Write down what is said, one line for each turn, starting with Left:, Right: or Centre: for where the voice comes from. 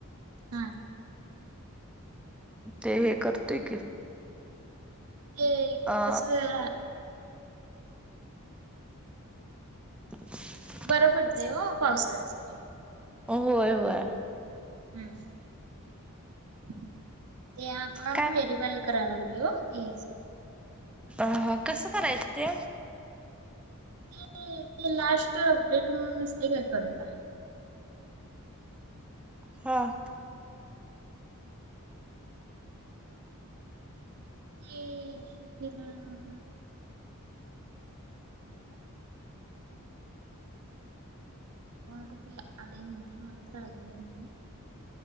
Right: हा.
Centre: ते हे करतोय की
Right: ते
Centre: अ
Right: कसलं
Centre: <inaudible>
Right: बरं पडते ओ पावसाळ्यासाठी
Centre: व्हय व्हय
Right: हम्म ते अकाउंट
Centre: काय म्हण
Right: वेरीफाय करायला लागले हो तेच
Centre: हा हा कसं करायचं ते?
Right: ते ते लास्ट अपडेट म्हणून नसते का कडेला
Centre: हां.
Right: ते <unintelligible> एक मिनिट हा. मग <unintelligible> आलेय म्हणते मला तर आलेलं नाही